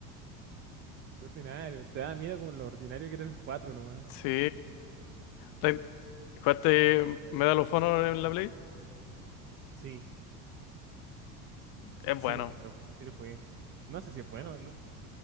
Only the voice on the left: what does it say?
Sí. Re- ¿Jugaste Medal of Honor en la Play?
Es
bueno.